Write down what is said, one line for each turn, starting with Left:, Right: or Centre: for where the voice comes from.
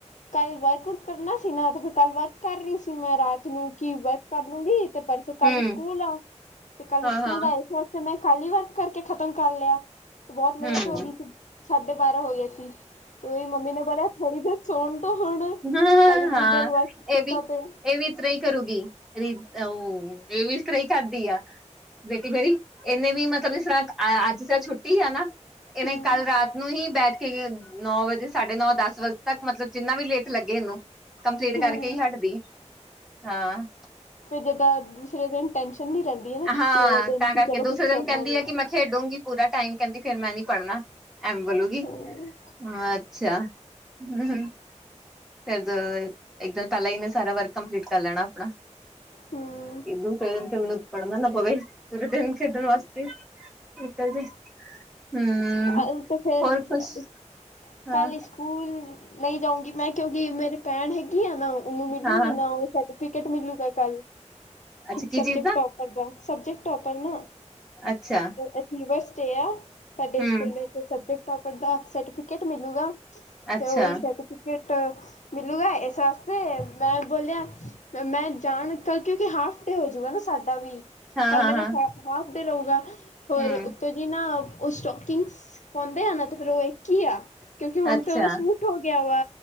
Left: ਕੱਲ ਵਰਕ ਆਊਟ ਕਰਨਾ ਸੀ ਨਾ ਤੇ ਫਿਰ ਕੱਲ ਵਰਕ ਕਰ ਰਹੀ ਸੀ, ਮੈਂ ਰਾਤ ਨੂੰ ਕੀ ਵਰਕ ਕਰ ਲੂੰਗੀ। ਤੇ ਪਰਸੋਂ
Centre: ਹੂੰ
Left: ਕੱਲ ਸਕੂਲ ਆ ਤੇ ਕੱਲ
Centre: ਹਾਂ
Left: ਸਕੂਲ
Centre: ਹਾਂ
Left: ਆ ਇਸ ਵਸਤੇ ਮੈਂ ਖਾਲੀ ਵਰ ਵਰਕ ਕਰਕੇ ਖ਼ਤਮ ਕਰ ਲਿਆ ਤੇ ਬਹੁਤ ਲੇਟ
Centre: ਹੂੰ
Left: ਹੋ ਗਈ ਸੀ, ਸਾਢੇ ਬਾਰਾਂ ਹੋ ਗਏ ਸੀ। ਉਹੀ ਤੇ ਮੰਮੀ ਨੇ ਬੋਲਿਆ ਥੋੜੀ ਦੇਰ ਸੌਣ ਦੋ ਹੁਣ
Centre: ਹ
Left: ਕੱਲ ਇੰਨੀ
Centre: ਹਾਂ,
Left: ਦੇਰ ਵਰਕ ਕੀਤਾ
Centre: ਇਹ ਵੀ
Left: ਤੇ
Centre: ਇਹ ਵੀ ਇਸ ਤਰ੍ਹਾਂ ਹੀ ਕਰੂਗੀ। ਉਹ ਇਹ ਵੀ ਇਸ ਤਰ੍ਹਾਂ ਹੀ ਕਰਦੀ ਆ। ਬੇਟੀ ਮੇਰੀ ਇਹਨੇ ਵੀ ਮਤਲਬ ਸੁਣਾ ਅੱਜ ਚ ਛੁੱਟੀ ਆ ਨਾ। ਇਹਨੇ
Left: ਹਮ
Centre: ਕੱਲ ਰਾਤ ਨੂੰ ਹੀ ਬੈਠ ਕੇ ਨੌ ਵਜੇ, ਸਾਢੇ ਨੌ, ਦਸ ਵਜੇ ਤੱਕ ਮਤਲਬ ਜਿੰਨਾ ਵੀ ਲੇਟ ਲੱਗੇ ਇਹਨੂੰ ਕੰਪਲੀਟ
Left: ਹਮ
Centre: ਕਰਕੇ ਹੀ ਹਟਦੀ ਹਾਂ
Left: ਫਿਰ ਜਿੱਦਾਂ ਦੂਸਰੇ ਦਿਨ ਟੈਨਸ਼ਨ ਨੀ ਰਹਿੰਦੀ ਹੈ ਨਾ ਛੁੱਟੀ
Centre: ਹਾਂ
Left: ਵਾਲੇ ਦਿਨ
Centre: ਤਾਂ
Left: ਕਿ
Centre: ਕਰਕੇ
Left: ਚਲੋ
Centre: ਦੂਸਰੇ
Left: ਕੁਛ
Centre: ਦਿਨ
Left: ਕਰਨਾ
Centre: ਕਹਿੰਦੀ
Left: ਨੀ
Centre: ਆ
Left: ਹੈ
Centre: ਕਿ ਮੈਂ ਖੇਡੂੰਗੀ ਪੂਰਾ ਟਾਈਮ, ਕਹਿੰਦੀ ਫੇਰ ਮੈਂ ਨੀ ਪੜ੍ਹਨਾ। ਐਵੇ ਬੋਲੂਗੀ,
Left: ਹਾਂ
Centre: ਹਾਂ ਅੱਛਾ, ਹੂੰ ਹੂੰ। ਫਿਰ <unintelligible> ਇੱਕ ਦਿਨ ਪਹਿਲਾ ਹੀ ਇੰਨਾ ਸਾਰਾ ਵਰਕ ਕੰਪਲੀਟ ਕਰ ਲੈਣਾ ਆਪਣਾ।
Left: ਹਮ
Centre: ਦੂਸਰੇ ਦਿਨ ਤੇ ਮੈਨੂੰ ਪੜ੍ਹਨਾ ਨਾ ਪਵੇ, ਪੂਰੇ ਦਿਨ ਖੇਡਣ ਵਾਸਤੇ। <unintelligible> ਨਿਕਲ ਜੇ ਹੂੰ
Left: ਕੱਲ ਤੇ ਫਿਰ
Centre: ਹੋਰ ਕੁਛ। ਹਾਂ
Left: ਕੱਲ ਸਕੂਲ ਨਹੀਂ ਜਾਊਂਗੀ ਮੈਂ ਕਿਉਂਕਿ ਮੇਰੀ ਭੈਣ ਹੈਗੀ ਆ ਨਾ ਉਹਨੂੰ ਮਿਲੂਗੀ
Centre: ਹਾਂ
Left: ਨਾ ਉਹ ਸਰਟੀਫਿਕੇਟ ਮਿਲੂਗਾ ਕੱਲ,
Centre: ਅੱਛਾ
Left: ਸਬਜੈਕਟ
Centre: ਕੀ ਚੀਜ਼ ਦਾ
Left: ਟੋਪਰ ਦਾ। ਸਬਜੈਕਟ ਟੋਪਰ ਨਾ
Centre: ਅੱਛਾ
Left: ਅਚੀਵਰਸ ਡੇ ਆ। ਸਾਡੇ
Centre: ਹੂੰ
Left: ਸਕੂਲੇ ਤੇ ਸਬਜੈਕਟ ਟੋਪਰ ਦਾ ਸਰਟੀਫਿਕੇਟ ਮਿਲੂਗਾ।
Centre: ਅੱਛਾ
Left: ਤੇ ਉਹੀ ਸਰਟੀਫਿਕੇਟ ਮਿਲੂਗਾ ਇਸ ਮੈਂ ਬੋਲਿਆ, ਮੈਂ ਜਾਣ ਤਾ ਕਿਉਂਕਿ ਹਾਫ ਡੇ ਹੋਜੂਗਾ ਨਾ ਸਾਡਾ ਵੀ।
Centre: ਹਾਂ
Left: ਕੱਲ
Centre: ਹਾਂ
Left: ਮੇਰੇ
Centre: ਹਾਂ
Left: ਨਾ ਸਾ ਹਾਫ ਡੇ ਰਹੂਗਾ, ਹੋਰ
Centre: ਹੂੰ
Left: ਉੱਤੋਂ ਜੀ ਨਾ ਉਹ ਸਟੋਕਿੰਗਸ ਪਾਉਂਦੇ ਆ ਨਾ ਤੇ ਫਿਰ ਉਹ ਇੱਕ ਹੀ ਆ। ਕਿਉਂਕਿ ਹੁਣ
Centre: ਅੱਛਾ
Left: ਤੇ ਉਹਦਾ ਸੂਟ ਹੋ ਗਿਆ ਵਾ